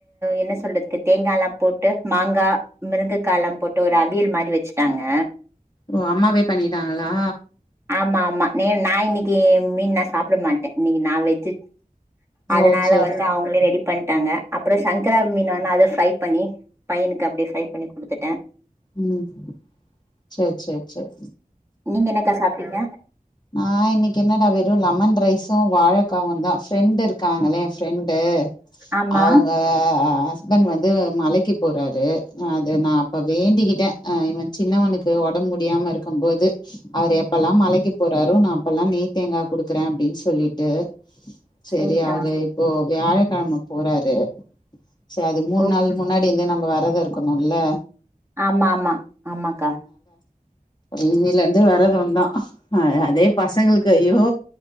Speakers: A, on the right (about 20°); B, on the left (about 30°).
A: என்ன சொல்றதுக்கு தேங்காய் எல்லாம் போட்டு மாங்காய் முருங்கைக்காய் எல்லாம் போட்டு ஒரு அவியல் மாதிரி வச்சுட்டாங்க
B: ஓ அம்மாவே பண்ணிட்டாங்களா
A: ஆமா ஆமா ந நான் இன்னைக்கு மீன் நான் சாப்பிட மாட்டேன் இன்னைக்கு நான் வெஜ் அதனால
B: ஓ சேரி
A: வந்து அவங்களே ரெடி பண்ணிட்டாங்க அப்புறம் சங்கரா மீன் வந்து அது ஃப்ரை பண்ணி பையனுக்கு அப்டியே ஃப்ரை பண்ணி குடுத்துட்டே
B: உம் சரி சரி சரி
A: நீங்க என்னக்கா சாப்பிட்டீங்க
B: நான் இன்னைக்கு என்னடா வெறும் லெமன் ரைஸம் வாழை அக்கா வந்தா ஃப்ரெண்டு இருக்காங்களே ஃப்ரெண்டு
A: ஆமா
B: அவங்க ஹஸ்பண்ட் வந்து மலைக்கு போறாரு அது நான் அப்ப வேண்டிக்கிட்டேன்ஹ் இவன் சின்னவனுக்கு உடம்பு முடியாம இருக்கும் போது அவர் எப்பல்லாம் மலைக்கு போறாரும் நான் அப்பெல்லாம் நெய் தேங்கா குடுக்குறேன் அப்படின்னு சொல்லிட்டு சரி
A: சேரிக்கா
B: அவரு இப்போ வியாழக்கிழமை போறாரு சரி அது மூணு
A: ஓகே
B: நாள் முன்னாடி வந்து நம்ம வர நழதான் இருக்கணும்ல்ல
A: ஆமா ஆமா ஆமாக்கா
B: இனில இருந்து வறது ஒன தான் அஹ அதே பசங்களுக்கு ஐயோ